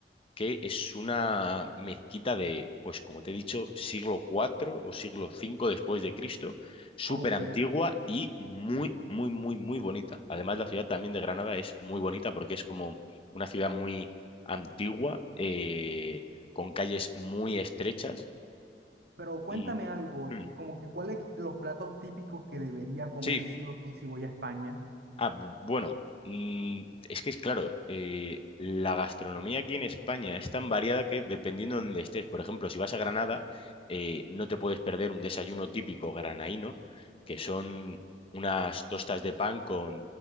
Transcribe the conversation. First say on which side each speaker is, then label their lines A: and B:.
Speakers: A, on the left; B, on the right.
A: que es una mezquita de, pues como te he dicho, siglo cuatro o siglo cinco después de Cristo, súper
B: Ok,
A: antigua y muy, muy, muy, muy bonita. Además, la ciudad también de Granada es muy bonita porque es como una ciudad muy antigua, eh, con calles muy estrechas
B: pero cuéntame
A: y...
B: algo,
A: Mm,
B: eh, como que cuáles los platos típicos que debería comer
A: Sí,
B: sí o sí si voy a España.
A: Ah, bu- bueno, mm, es que es claro, eh, la gastronomía aquí en España es tan variada que dependiendo de dónde estés, por ejemplo, si vas a Granada, eh, no te puedes perder un desayuno típico granaíno, que son unas tostas de pan con